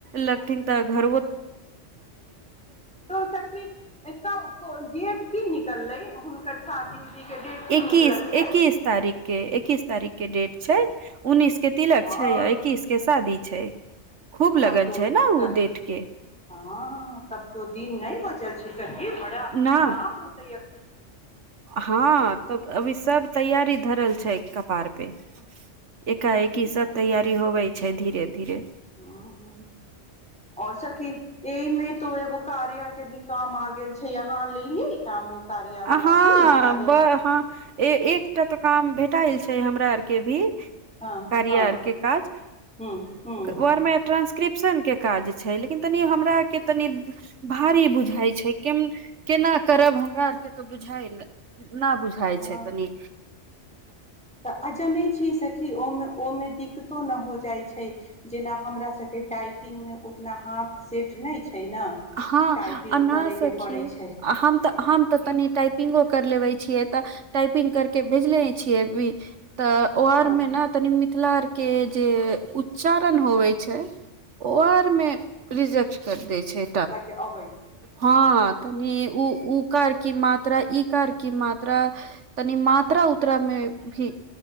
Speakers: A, on the right (about 75°); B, in the centre.
A: लगथिन त घर
B: त सखी <unintelligible> डेट की निकलै हुनकर शादी उदी के डेट की
A: एकीस
B: निकलल छै
A: एकीस तारीख के एकीस तारीख के डेट छै उन्नीस के तिलक
B: हँ
A: छै आ अक्कीस के शादी छै खूब लगन
B: तब तो
A: छै ने ओ
B: तऽ
A: डेट के
B: हँ तब तो दिन नहि बचल छै सखी बड़ा
A: न
B: काम होतै य
A: हँ तऽ अभी सब तैयारी धरल छै कप आर पे एकाएकि सब तैयारी होवे छै धीरे धीरे
B: ह आओ सखी एहिमे तो एगो कार्या के भी काम आ गेल छै यहां लेलिये इ काम कार्या
A: हँ
B: वाला की कार्या
A: ब हँ ए एकटा तऽ काम भेटाल छै हमरा आर के भी
B: हँ
A: कारियर
B: हँ
A: के काज
B: हूं हूं
A: वर्मे ट्रान्सक्रिप्शन के काज छै लेकिन तनि हमरार के तनि भारी बुझाइ छै के केना करब हमरा तऽ बुझाइल नहि बुझाइ
B: हँ
A: छै तनी
B: तऽ आ जानै छियै सखी ओहिमे ओहिमे दिक्कतो नहि हो जाइ छै जेना हमरा सबके टाइपिंगमे ओतना हाथ सेट नहि छै ने
A: हँ
B: टाइपिंग
A: अ ना
B: करयके
A: सखी
B: पड़ै छै
A: हम तऽ हम तऽ तनि टाइपिंगो कर लेबे छियै तऽ टाइपिंग करके भेजले छियै भी तऽ ओ आरमे
B: हँ
A: ने तनिमित मिथिला आर के जे उच्चारण होवे छै ओ आर मे रिजेक्ट कर देय छै
B: के अबै
A: हँ तनि उ उ कार की मात्रा ई कार की मात्रा तनि मात्रा उतरा मे भी